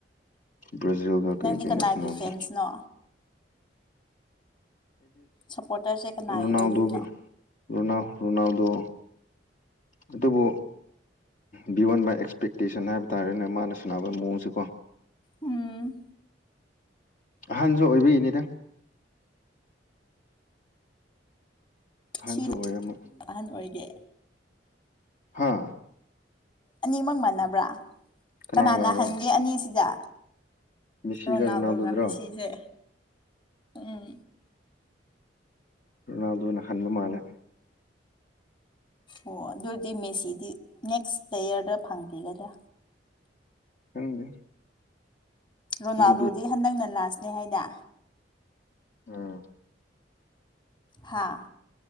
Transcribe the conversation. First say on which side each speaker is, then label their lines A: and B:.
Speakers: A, on the left (about 45°); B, on the left (about 25°).
A: ꯕ꯭ꯔꯥꯖꯤꯜ ꯒ ꯀꯩ
B: ꯅꯪꯗꯤ
A: ꯀꯩꯅꯣ
B: ꯀꯅꯥꯒꯤ
A: ꯁꯥꯅꯕꯗꯣ
B: ꯐꯦꯟꯁꯅꯣ ꯁꯞꯄꯣꯔꯇꯔꯁꯦ ꯀꯅꯥꯒꯤ
A: ꯔꯣꯅꯥꯜꯗꯣꯒꯤ
B: ꯑꯣꯏꯗꯣꯏꯅꯣ
A: ꯔꯣꯅꯥꯜ ꯔꯣꯅꯥꯜꯗꯣ ꯑꯗꯨꯕꯨ ꯕꯤꯌꯣꯟ ꯃꯥꯏ ꯑꯦꯛꯁꯄꯦꯛꯇꯦꯁꯟ ꯍꯥꯏꯕ ꯇꯥꯔꯦꯅꯦ ꯃꯥꯅ ꯁꯥꯟꯅꯕ ꯃꯑꯣꯡꯁꯦꯀꯣ
B: ꯎꯝ
A: ꯑꯍꯟꯁꯨ ꯑꯣꯏꯕꯩꯅꯤꯗ ꯑꯍꯟꯁꯨ
B: ꯁꯤ
A: ꯑꯣꯏꯔꯝꯃꯤ
B: ꯑꯍꯟ ꯑꯣꯏꯒꯦ
A: ꯍꯥꯥ
B: ꯑꯅꯤꯃꯛ ꯃꯥꯟꯅꯕ꯭ꯔꯥ
A: ꯀꯅꯥꯒꯔꯣ
B: ꯀꯅꯥꯅ ꯍꯟꯒꯦ ꯑꯅꯤꯁꯤꯗꯥ
A: ꯃꯦꯁꯤꯒ
B: ꯔꯣꯅꯥꯜꯗꯣꯒ
A: ꯔꯣꯅꯥꯜꯗꯣꯗꯨꯔꯣ
B: ꯃꯦꯁꯤꯁꯦ ꯎꯝ
A: ꯔꯣꯅꯥꯜꯗꯣꯅ ꯍꯟꯕ ꯃꯥꯜꯂꯦ
B: ꯑꯣ ꯑꯗꯨ ꯑꯣꯏꯗꯤ ꯃꯦꯁꯤꯗꯤ ꯅꯦꯛꯁ ꯇꯌꯥꯔꯗ ꯐꯪꯈꯤꯒꯗ꯭ꯔꯥ
A: ꯈꯪꯗꯦ
B: ꯔꯣꯅꯥꯜꯗꯣꯗꯤ
A: ꯑꯗꯨꯗꯤ
B: ꯍꯟꯗꯛꯅ ꯂꯥꯁꯅꯦ ꯍꯥꯏꯗ
A: ꯑꯝ
B: ꯍꯥꯥ